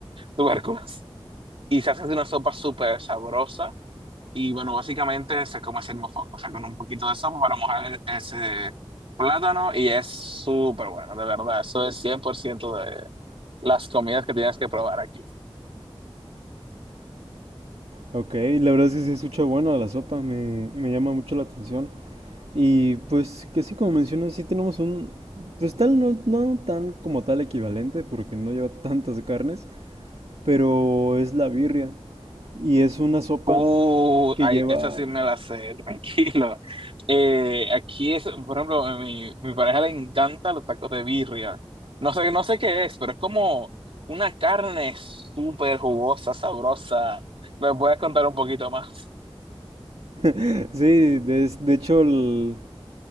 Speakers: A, on the right; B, on the right.
A: tubérculos, y se hace una sopa súper sabrosa y bueno, básicamente se come así el mofongo, o sea, con un poquito de sopa para mojar ese plátano y es súper bueno, de verdad. Eso es 100% de las comidas que tienes que probar aquí.
B: Ok, la verdad es que sí se escucha bueno la sopa, me, me llama mucho la atención. Y pues que sí, como mencionas, sí tenemos un... Pues tal, no, no tan como tal equivalente, porque no lleva tantas carnes, pero es la birria. Y es una sopa
A: Uh,
B: que
A: ay,
B: lleva...
A: esa sí me la sé, <laughs> tranquilo. Eh, aquí es, por ejemplo, a mi, mi pareja le encanta los tacos de birria. No sé, no sé qué es, pero es como una carne súper jugosa, sabrosa. ¿Me puedes contar un poquito más?
B: <laughs> Sí, de, es- de hecho, el-